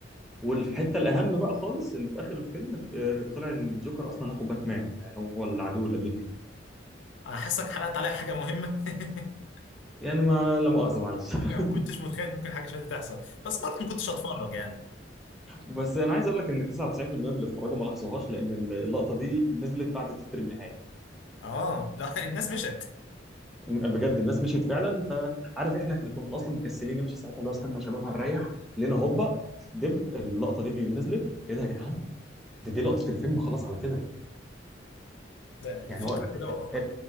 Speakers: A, in the centre; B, on the left.
A: والحته الاهم بقى خالص اللي في اخر الفيلم آه، طلع ان الجوكر اصلا اخو باتمان يعني هو العدو اللدود ليه
B: انا حاسك حرقت عليا حاجه مهمه <laughs>
A: يعني ما لا مؤاخذه معلش <laughs>
B: يعني ما كنتش متخيل إن ممكن حاجه شبه دي تحصل بس برضه ما كنتش هتفرج يعني
A: بس انا عايز اقول لك ان 99% من اللي اتفرجوا ما لاحظوهاش لان اللقطه دي نزلت بعد تتر النهايه
B: اه لا <laughs> الناس مشت
A: بجد الناس مشيت فعلا فعارف احنا احنا كنا اصلا مكسلين نمشي ساعتها اللي هو استنى يا شباب هنريح لقينا هوبا دب اللقطه دي نزلت ايه ده يا جدعان دي دي لقطه الفيلم خلاص على كده
B: لا الفكره
A: يعني هو
B: كلها آه،
A: ال-